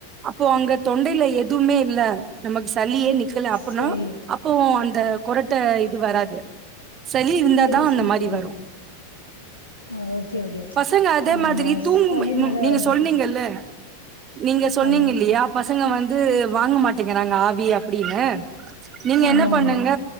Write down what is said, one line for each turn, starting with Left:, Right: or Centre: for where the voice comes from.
Right: அப்போ அங்க தொண்டயில எதுவுமே இல்ல நமக்கு சளியே நிக்கல அப்போன்னோ
Left: சரி,
Right: அப்போவு அந்த கொரட்ட இது வராது சளி இருந்தாதா
Left: சரி,
Right: அந்த
Left: சரி.
Right: மாரி
Left: புரியுது.
Right: வரு
Left: ஆ ஓகே, ஓகே.
Right: பசங்க அதே
Left: ஆ
Right: மாதிரி
Left: அந்த
Right: தூங்கும்போ
Left: சளினால
Right: இன்னு நீங்க
Left: வருது.
Right: சொன்னீங்கல்ல நீங்க சொன்னீங்க
Left: ஆமா,
Right: இல்லியா பசங்க வந்து வாங்க மாட்டேங்கிறாங்க ஆவி அப்டினு நீங்க
Left: ஆமா,
Right: என்ன பண்ணுங்க
Left: ஆமா.